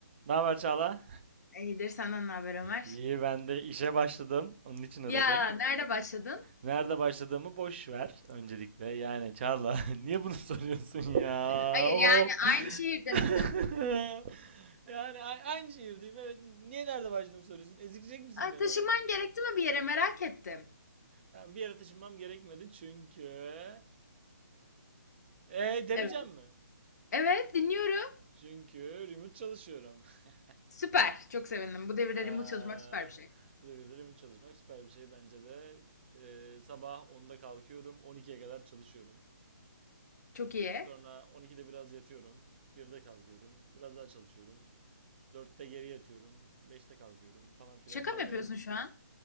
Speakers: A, on the right; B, on the left.
A: Ne haber Çağla?
B: İyidir. Senden ne haber Ömer?
A: İyi ben de işe başladım. Onun için aradım.
B: Ya nerede başladın?
A: Nerede başladığımı boş ver öncelikle. Yani Çağla <laughs> niye bunu soruyorsun ya?
B: Hayır
A: O
B: yani aynı şehirde
A: <laughs>
B: misin?
A: Yani a- aynı şehirdeyim evet. Niye nerede başladığımı soruyorsun? Ezikleyecek misin
B: Aa,
A: beni
B: taşınman
A: hemen?
B: gerekti mi bir yere merak ettim.
A: Yani bir yere taşınmam gerekmedi çünkü... E demeyeceğim
B: Evet.
A: mi?
B: Evet dinliyorum.
A: Çünkü remote çalışıyorum. <laughs>
B: Süper. Çok sevindim. Bu devirde
A: Eee,
B: remote çalışmak süper bir şey.
A: bu devirde remote çalışmak süper bir şey bence de. Eee, sabah onda kalkıyorum 12'ye kadar çalışıyorum.
B: Çok iyi.
A: Sonra 12'de biraz yatıyorum. 1'de kalkıyorum. Biraz daha çalışıyorum. dörtte geri yatıyorum. beşte kalkıyorum falan filan
B: Şaka
A: böyle.
B: mı yapıyorsun şu an?